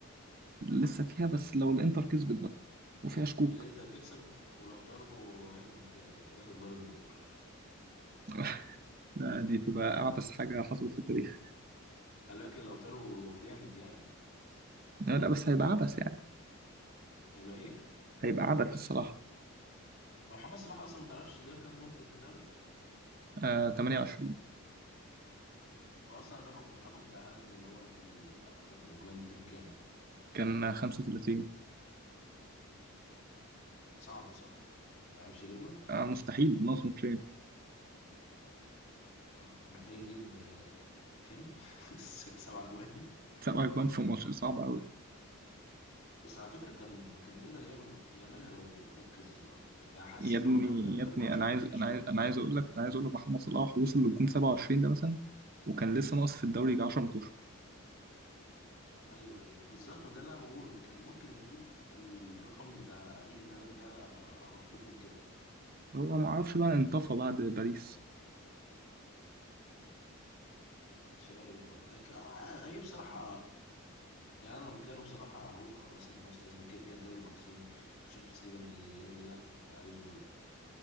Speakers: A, on the right (about 40°); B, on the left (about 80°).
A: لسه فيها بس لو الانتر كسبت بقى وفيها شكوك
B: اللي انت هتكسب ولو تارو ياخد ياخد بالون دور
A: <laughs> لا، دي تبقى اعبث حاجه حصلت في التاريخ
B: خلي بالك لو تارو جامد يعني
A: لا لا، بس هيبقى عبث يعني
B: هيبقى ايه
A: هيبقى عبث الصراحه
B: هو محمد صلاح اصلا ما تعرفش جاب كام جون في الدوري
A: آه 28
B: هو اصلا الرقم الرقم بتاع هالاند اللي هو الاكتر جوان دي كان كام
A: كان 35
B: صعبه صح ما يعرفش يجيبها
A: آه مستحيل ناقص ماتشين
B: اه محتاج يجيب آه، كام <laughs> س- سبع جوان
A: سبع اجوان في ماتش صعب قوي
B: بس على فكرة كان كان يقدر يعمل يعملها لو ركز اكتر يعني يعني حاسس
A: يا
B: ان
A: ابني
B: هو كان بقاله
A: يا
B: كام
A: ابني
B: ماتش
A: انا
B: ما
A: عايز
B: بيجيبش
A: انا
B: جوان
A: عايز انا عايز اقول لك انا عايز اقول لك محمد صلاح وصل للجون 27 ده مثلا وكان لسه ناقص في الدوري يجي 10 ماتشات
B: ايوه ايوه بالظبط ما ده اللي انا بقوله كان ممكن يجيب الرقم بتاع ايرلينج هالاند ده على طول كده
A: هو ما اعرفش بقى انطفى بعد باريس
B: مش عارف بقى أك- آه، هي بصراحة يعني انا لو مكانه بصراحة هقول خلاص هي ملهاش لازمة كده كده الدوري محسوم والشامبيونز ليج اللي هي اللي انا كنت عايزه